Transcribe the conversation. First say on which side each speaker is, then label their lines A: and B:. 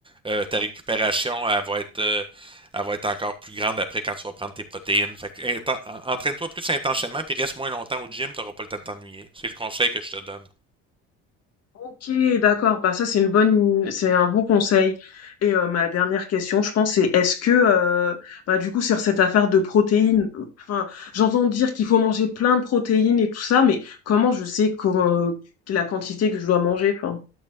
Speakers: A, on the right; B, on the left.
A: Euh, ta récupération, elle va être, euh, elle va être encore plus grande après quand tu vas prendre tes protéines. Fait que, inten- entraîne-toi plus intensément, puis reste moins longtemps au gym, tu n'auras pas le temps de t'ennuyer. C'est le conseil que je te donne.
B: Ok, d'accord. Bah ça c'est une bonne, c'est un bon conseil. Et euh, ma dernière question, je pense, c'est est-ce que, euh, bah du coup sur cette affaire de protéines, euh, enfin j'entends dire qu'il faut manger plein de protéines et tout ça, mais comment je sais comment, euh, la quantité que je dois manger, enfin.